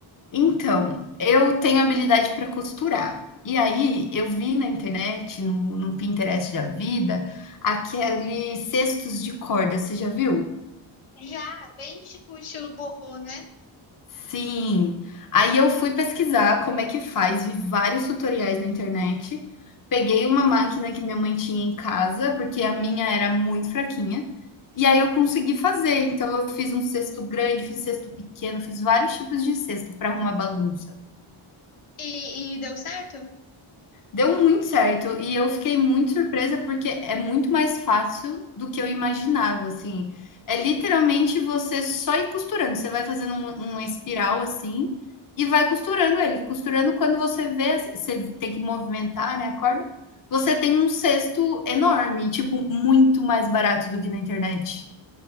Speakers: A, on the left; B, on the left.
A: Então, eu tenho habilidade para costurar. E aí eu vi na internet, no, no Pinterest da vida, aqueles cestos de corda, você já viu?
B: Já, bem tipo estilo borrô, né?
A: Sim. Aí eu fui pesquisar como é que faz, vi vários tutoriais na internet. Peguei uma máquina que minha mãe tinha em casa, porque a minha era muito fraquinha. E aí eu consegui fazer. Então eu fiz um cesto grande, fiz cesto pequeno, fiz vários tipos de cesto para arrumar bagunça.
B: E, e deu certo?
A: Deu muito certo e eu fiquei muito surpresa porque é muito mais fácil do que eu imaginava, assim. É literalmente você só ir costurando. Você vai fazendo um, um espiral assim e vai costurando ele. Costurando quando você vê, você tem que movimentar, né, a corda. Você tem um cesto enorme, tipo, muito mais barato do que na internet.